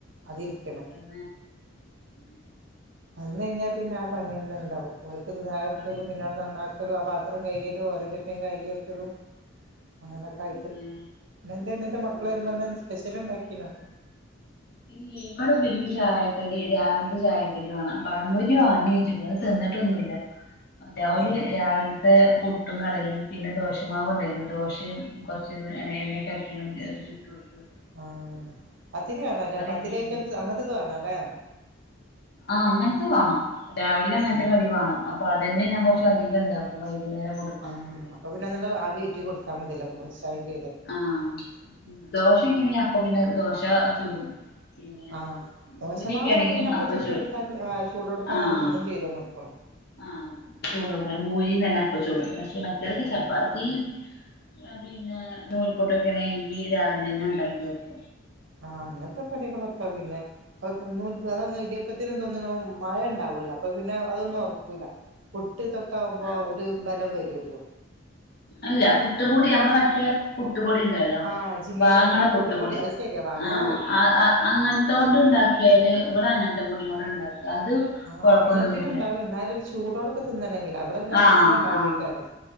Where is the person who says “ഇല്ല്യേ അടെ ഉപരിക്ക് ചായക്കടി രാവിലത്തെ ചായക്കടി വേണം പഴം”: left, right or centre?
Left